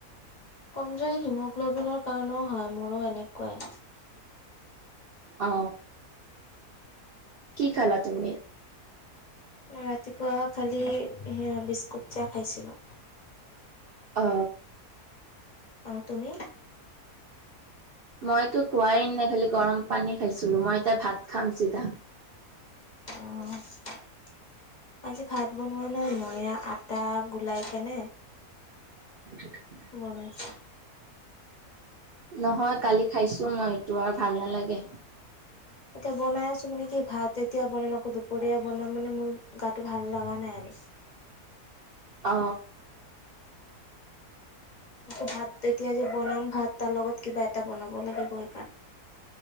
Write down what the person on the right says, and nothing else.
অ। কি খালা তুমি?
অ।
মইতো খোৱাই নাই খালি গৰম পানী খাইছিলো মই এতিয়া ভাত খাম চিধা।
<inaudible>
নহয় কালি খাইছো মই এইটো আৰু ভাল নালাগে।
অ।